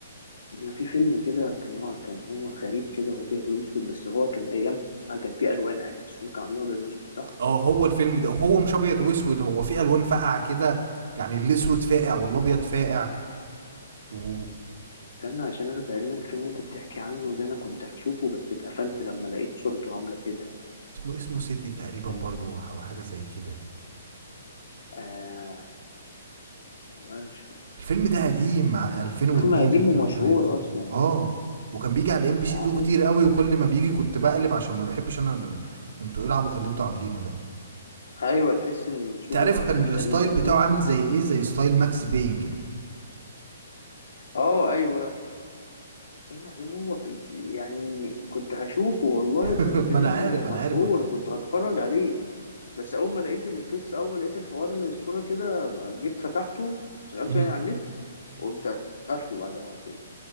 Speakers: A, on the left; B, on the right.
A: انا في فيلم كده كان هو كان هو غريب كده هو ابيض واسود بس هو كان ايامها كان فيه الوان عادي بس هم كانوا عاملينه ابيض واسود صح
B: اه هو الفيلم ده هو مش ابيض واسود هو في الوان فاقعه كده يعني الاسود فاقع والابيض فاقع واسمه
A: استنى عشان انا تقريبا الفيلم اللي انت بتحكي عنه ده انا كنت هشوفه بس اتقفلت لما لقيت صورته عامله كده
B: اسمه سيتي تقريبا
A: كان
B: برضو او حاجه زي كده
A: آه والله مش فاكر.
B: الفيلم ده قديم ع- 2002
A: فيلم قديم
B: 2003
A: ومشهور اصلا
B: اه وكان بيجي على ام بي
A: معروف
B: سي 2 كتير قوي وكل ما بيجي كنت بقلب عشان ما بحبش انا انتوا ايه العبط اللي انتوا عاملينه ده
A: ايوه تحس ان الصوره
B: تعرف كان
A: كانت
B: الستايل
A: غريبه انا
B: بتاعه
A: فاكر
B: عامل زي ايه زي ستايل ماكس باين كده
A: اه ايوه استنى عشان هو في يعني كنت هشوفه والله
B: <laughs>
A: وكان
B: ما
A: فيلم
B: انا عارف انا
A: مشهور
B: عارف
A: وكنت هتفرج عليه بس اول ما لقيت القصه اول ما لقيت الحوار الصوره كده ما جيت فتحته شغلته
B: مم.
A: يعني على النت قمت قافله بعدها على طول